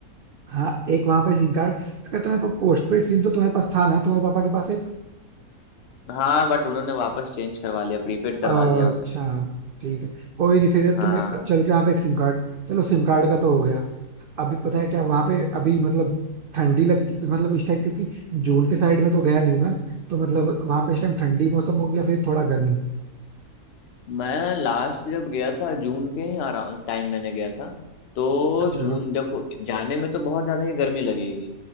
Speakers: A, on the right; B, on the left.
A: हाँ एक वहां पे सिम कार्ड अगर तुम्हारे पास पोस्ट पेड सिम तो तुम्हारे पास था ना तुम्हारे पापा के पास
B: हाँ बट उन्होंने वापस चेंज करवा लिया प्रीपेड करवा
A: अच्छा
B: लिया उसे
A: ठीक है कोई नहीं फिर
B: हाँ
A: तुम एक चल के वहाँ पे एक सिम कार्ड चलो सिम कार्ड का तो हो गया अभी पता है क्या वहाँ पे अभी मतलब ठंडी लगती मतलब इस टाइम क्योंकि जून के साइड में तो गया नहीं हूँ मैं तो मतलब वहाँ पे इस टाइम ठंडी मौसम हो गया फिर थोड़ा गर्मी
B: मैं लास्ट जब गया था जून के ही अराउंड टाइम मैंने गया था तो
A: अच्छा
B: जून देखो जाने में तो बहुत ज्यादा ही गर्मी लगेगी